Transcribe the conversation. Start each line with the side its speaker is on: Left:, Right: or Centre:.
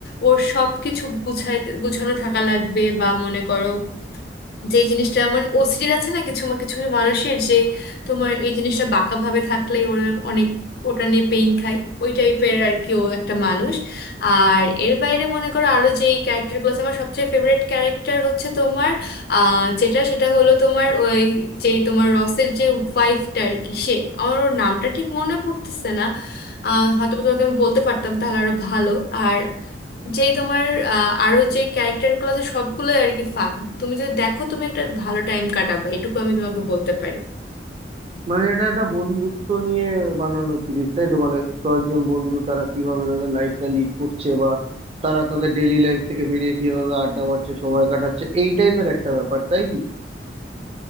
Left: ওর সব কিছু গুছাইতে গুছানো থাকা লাগবে বা মনে করো যে জিনিসটা মানে ওসিডির আছে না কিছু কিছু মানুষের যে তোমার এই জিনিসটা বাঁকা ভাবে থাকলে ওর অনেক ওটা নিয়ে পেইন খায় ওই টাইপের আর কি ও একটা মানুষ আর এর বাইরে মনে করো আরো যে ক্যারেক্টারগুলো আছে আমার সবচেয়ে ফেভারিট ক্যারেক্টার হচ্ছে তোমার আহ যেটা সেটা হলো তোমার ওই যেই তোমার রসের যে ওয়াইফটা আর কি সে আমার ওর নামটা ঠিক মনে পড়তেছে না আহ হয়তো বা তোমাকে আমি বলতে পারতাম তাহলে আরো ভালো আর যেই তোমার আহ, আরো যে ক্যারেক্টার গুলো আছে সবগুলোই আর কি ফান তুমি যদি দেখো তুমি একটা ভালো টাইম কাটাবে এটুকু আমি তোমাকে বলতে পারি
Right: মানে এটা একটা বন্ধুত্ব নিয়ে বানানো সিরিজ তাই তো মানে কয়েকজন বন্ধু তারা কিভাবে তাদের লাইফটা লিড করছে বা তারা তাদের ডেইলি লাইফ থেকে বেরিয়ে কিভাবে আড্ডা মারছে সময় কাটাচ্ছে এই টাইপের একটা ব্যাপার তাই কি